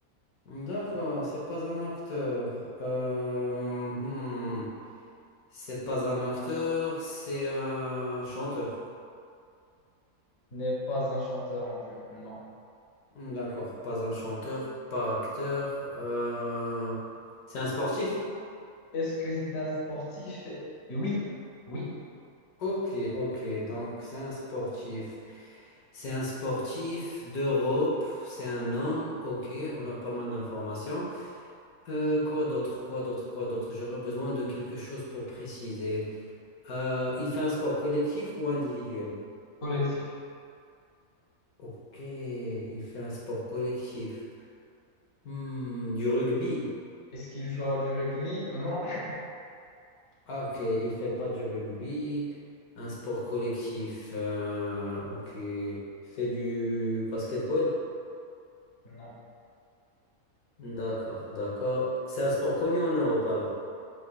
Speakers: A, on the left; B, on the left.
A: D'accord, c'est pas un acteur. Euh, hmm. C'est pas un acteur, c'est un chanteur.
B: N'est pas un chanteur non plus. Non.
A: D'accord, pas un chanteur, pas acteur. euh, C'est un sportif.
B: Est-ce que c'est un sportif? Oui. Oui.
A: Ok, ok, donc c'est un sportif. C'est un sportif d'Europe, c'est un homme. Ok, on a pas mal d'informations. Euh, quoi d'autre, quoi d'autre, quoi d'autre? J'aurais besoin de quelque chose pour préciser. Euh, il fait un sport collectif ou individuel?
B: Collectif.
A: Ok, il fait un sport collectif. Hmm, du rugby.
B: Est-ce qu'il joue à du rugby? Non. <laughs>
A: Ah, Ok, il fait pas du rugby. Un sport collectif. euh, ok, il fait du basketball.
B: Non.
A: D'accord, d'accord. C'est un sport connu en Europe alors.